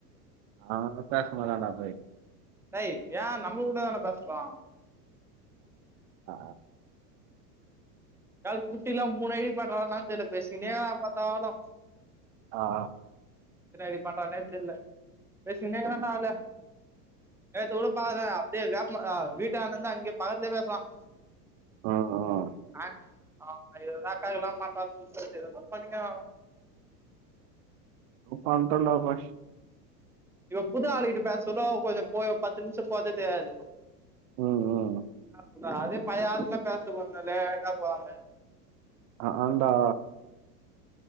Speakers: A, on the right (about 50°); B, in the centre.
A: அவன்லா பேச மாட்டாண்டா எபாய்
B: டேய் ஏன் நம்ம கூடாதான பேச போறா
A: ஆ
B: <unintelligible> மூணு ஐடி பண்றான்னான் தெர்ல பேசின்னே எப்ப பாத்தாளும்
A: ஆ ஆ
B: எத்தன ஐடி பண்றானே தெர்ல பேசிகின்னே இருக்காண்ட ஆளு நேத்து கூட பாக்கே அப்டியே வேப்பமர அ வீட்டாண்ட இருந்து அங்க பக்கத்துலயே பேசுவான்
A: ஆ ஆ
B: அ அவுனுங்க ஏதோ அக்காங்களுக்குலா பண்றங்க போல தெர்து ஏதோதோ பண்ணிங்கிறானுங்கோ
A: எதோ பண்டோடா பாய்
B: இப்ப புது ஆளுகிட்ட பேச சொல்லோ கொஞ்ச போய் பத்து நிமிஷம் போதே தெரியாது
A: ஆ ஆ
B: என்ன அதே பழைய ஆளுங்க பேச போனாலே லேட்டா போவாங்கள்
A: ஆ ஆண்டா